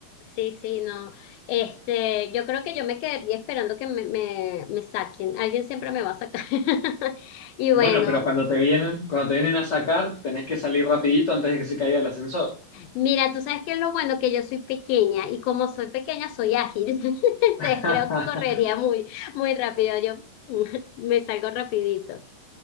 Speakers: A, on the left; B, on the left.
A: Sí, sí, no. Este, yo creo que yo me quedaría esperando que me, me, me saquen. Alguien siempre me va a sacar. <laughs> Y bueno,
B: Bueno, pero cuando te vienen, cuando te vienen a sacar, tenés que salir rapidito antes de que se caiga el ascensor.
A: mira, tú sabes que lo bueno que yo soy pequeña y como soy pequeña soy ágil. <laughs> Entonces
B: <laughs>
A: creo que correría muy, muy rápido. Yo <laughs> me salgo rapidito.